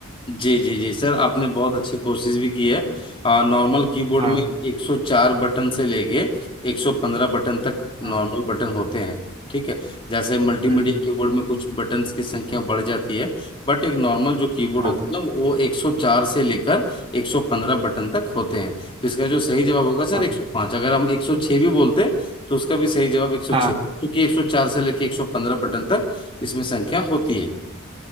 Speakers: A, on the left; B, on the right.
A: जी जी जी सर आपने बहुत अच्छी कोशिश भी की है आ, नॉर्मल कीबोर्ड
B: हाँ
A: में 104 बटन से लेके 115 बटन तक नॉर्मल
B: हाँ
A: बटन होते हैं ठीक है जैसे मल्टीमीडिया
B: हम्म।
A: कीबोर्ड में कुछ बटन्स की संख्या बढ़ जाती है बट एक नॉर्मल जो कीबोर्ड
B: हाँ
A: होता है ना वो 104 से लेकर 115 बटन तक होते हैं तो इसका जो सही जवाब होगा सर
B: हाँ
A: 105 अगर हम 106 भी बोलते तो उसका भी सही जवाब 106
B: हाँ
A: होगा क्योंकि 104 से लेकर 115 बटन तक इसमें संख्या होती है